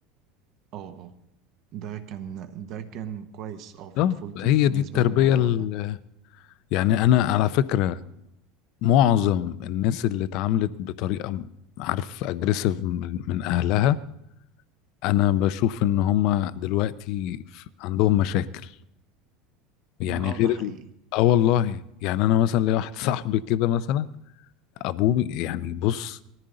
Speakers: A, on the right; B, on the left.
A: اه اه ده كان ده كان كويس اه في
B: ده
A: طفولتي
B: هي
A: بالنسبة
B: دي التربية
A: للموضوع
B: ال...
A: ده
B: يعني انا على فكرة معظم الناس اللي اتعاملت بطريقة م- عارف اجريسيف من من اهلها انا بشوف ان هم دلوقتي ف- عندهم مشاكل يعني
A: مم. اه
B: غير
A: ده حقيقي
B: ال... اه والله يعني انا مثلا ليا واحد <laughs> صاحبي كده مثلا ابوه بي- يعني بص